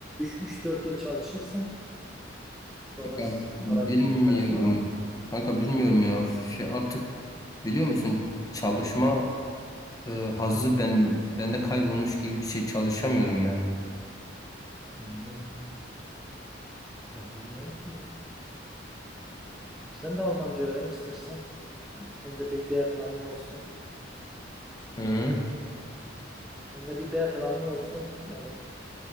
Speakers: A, in the centre; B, on the left.
A: 3-4 yıl çalışırsın. Sonrası
B: Kanka, bilmiyorum.
A: para biriktirdikten sonra
B: Kanka bilmiyorum ya. Şey artık biliyor musun çalışma e, hazzı ben bende kaybolmuş gibi bir şey çalışamıyorum yani.
A: hmm, ya bilmiyorum ki. Sen de Almanca öğren istersen. Yani senin de bir B planın olsun.
B: Hı.
A: Senin de bir B planın olsun. Yani